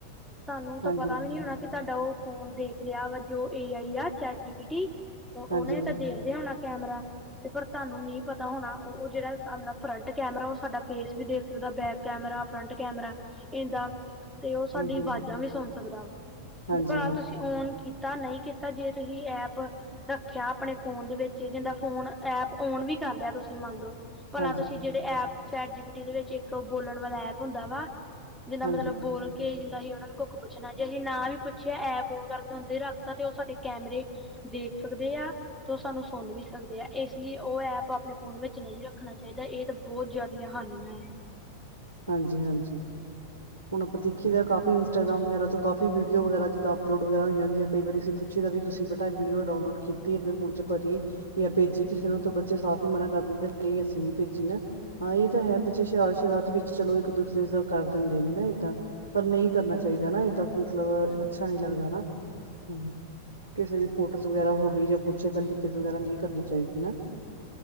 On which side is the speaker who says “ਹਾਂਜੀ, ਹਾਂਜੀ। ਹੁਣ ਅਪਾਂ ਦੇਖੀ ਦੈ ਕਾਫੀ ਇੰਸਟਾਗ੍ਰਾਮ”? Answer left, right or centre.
Left